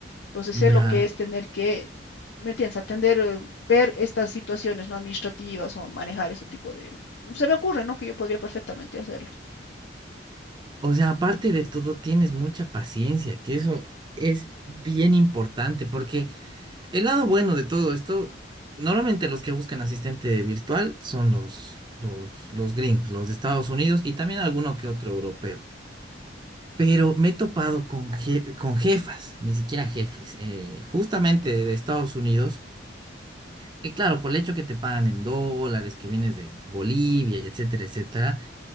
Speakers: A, on the left; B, on the right.
A: Entonces
B: ya.
A: sé lo que es tener que, ¿me entiendes? Atender, eh, ver estas situaciones no administrativas o manejar ese tipo de... Se me ocurre, ¿no? Que yo podría perfectamente hacerlo.
B: O sea, aparte de todo, tienes mucha paciencia, que eso es bien importante, porque El lado bueno de todo esto, normalmente los que buscan asistente virtual son los, los, los gringos, los de Estados Unidos y también alguno que otro europeo. Pero me he topado con, je- con jefas, ni siquiera jefes, eh, justamente de Estados Unidos, que claro, por el hecho que te pagan en dólares, que vienes de Bolivia, y etcétera, etcétera,